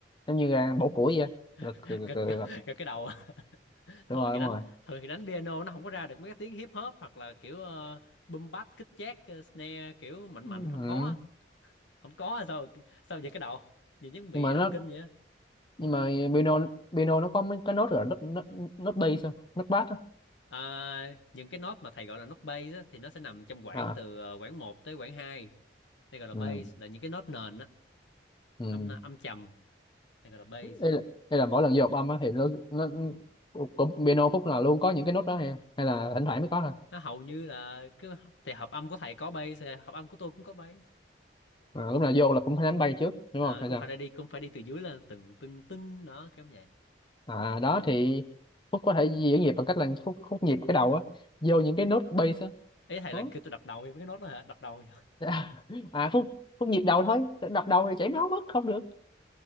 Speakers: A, on the left (about 25°); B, on the left (about 80°).
A: giống như uh, bổ củi vậy gật
B: <laughs>
A: gật, gật,
B: gật
A: gật.
B: gật
A: gật.
B: gật cái đầu thường
A: đúng rồi
B: thì
A: đúng
B: đánh
A: rồi
B: thường thì đánh piano nó không có ra được mấy cái tiếng hip hop hoặc là kiểu uh, boom bap kích chát ờ, snare kiểu mạnh
A: ừ.
B: mạnh không có á. không có á, sao sao vậy cái đầu nhìn giống bị
A: nhưng mà
B: động
A: nó
B: kinh vậy á. không
A: nhưng
B: có được
A: mà piano piano nó có mấy cái nốt rồi nốt nốt, nốt bass không? nốt bass á.
B: à, những cái nốt mà thầy gọi là nốt bass á, thì nó sẽ nằm trong quãng
A: à
B: từ ờ, quãng một tới quãng hai đây gọi là
A: ừ.
B: bass là những cái nốt nền á
A: ừ.
B: âm âm trầm đây gọi là bass
A: đây là, đây là mỗi lần vô hợp âm á thì nó nó cũng piano khúc nào luôn có những cái nốt đó ha hay là thỉnh thoảng mới có thôi
B: nó hầu như là cứ thì hợp âm của thầy có bass thì hợp âm của tôi cũng có bass
A: à, lúc nào vô là cũng phải đánh bay trước đúng
B: à,
A: không hay
B: cũng
A: sao
B: phải đi cũng phải đi từ dưới lên từng từng từng đó kiểu như vậy
A: à đó thì Phúc có thể diễn nhịp bằng cách là Phúc, Phúc nhịp cái đầu á vô những cái nốt bass á
B: ý thầy
A: đó
B: là kêu tôi đập đầu với cái nốt đó hả đập đầu hả?
A: <laughs> à Phúc Phúc nhịp đầu thôi đập đầu thì chảy máu mất không được